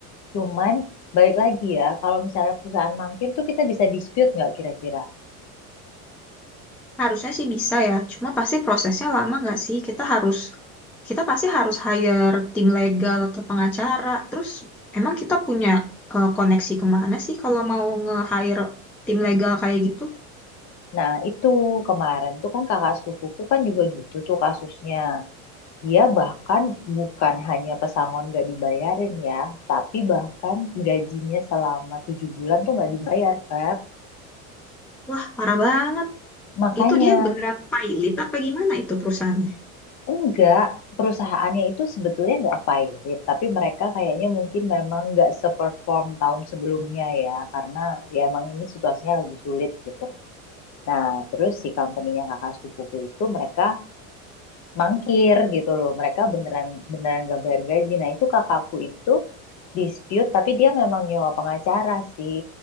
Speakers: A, on the left; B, in the centre.
A: Cuman balik lagi ya, kalau misalnya perusahaan mangkir tuh kita bisa dispute nggak kira-kira?
B: Harusnya sih bisa ya, cuma pasti prosesnya lama nggak sih? Kita harus, kita pasti harus hire tim legal atau pengacara. Terus emang kita punya eh, koneksi kemana sih kalau mau nge-hire tim legal kayak gitu?
A: Nah, itu kemarin tuh kan kakak sepupuku kan juga gitu tuh kasusnya. Dia bahkan bukan hanya pesangon nggak dibayarin ya, tapi bahkan gajinya selama tujuh bulan tuh nggak dibayar, Feb.
B: Wah, parah banget.
A: Makanya
B: Itu dia beneran pilot apa gimana itu perusahaannya?
A: enggak, perusahaannya itu sebetulnya nggak pilot, tapi mereka kayaknya mungkin memang nggak seperform tahun sebelumnya ya, karena ya emang ini situasinya lagi sulit gitu. Nah, terus si company-nya kakak sepupuku itu mereka mangkir gitu loh. Mereka beneran beneran gak bayar gaji. Nah, itu kakakku itu dispute tapi dia memang nyewa pengacara sih.